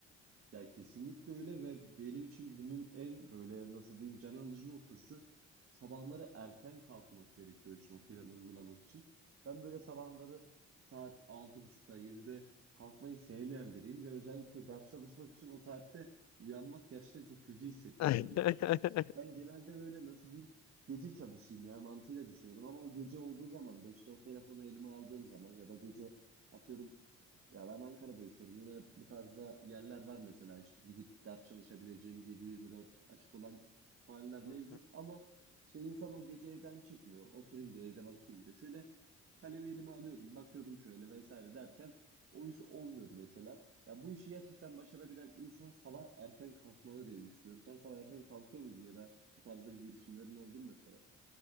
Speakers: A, on the right (about 45°); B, on the left (about 65°).
A: Ya kesinlikle öyle ve benim için bunun en böyle nasıl diyeyim can alıcı noktası sabahları erken kalkmak gerekiyor işte o planı uygulamak için. Ben böyle sabahları saat altı buçukta yedide kalkmayı sevmeyen biriyim ve özellikle ders çalışmak için o saatte uyanmak gerçekten çok kötü hissettiriyordu.
B: <laughs>
A: Ben genelde böyle nasıl diyeyim gece çalışayım ya mantığıyla düşünüyordum ama o gece olduğu zaman da işte o telefonu elime aldığım zaman ya da gece atıyorum ya ben Ankara'da yaşıyorum. Yine bu tarzda yerler var mesela işte gidip ders çalışabileceğim 7-24 açık olan kütüphaneler mevcut
B: Hı hı.
A: ama işte insan o gece evden çıkmıyor. Oturayım diyor, evde bakayım diyor. Şöyle kalemi elime alıyordum, bakıyordum şöyle vesaire derken o iş olmuyordu mesela. Ya bu işi gerçekten başarabilen insan sabah erken kalkmalı diye düşünüyorum. Sen sabah erken kalkıyor muydun ya da bu tarzda bir girişimlerin oldu mu mesela?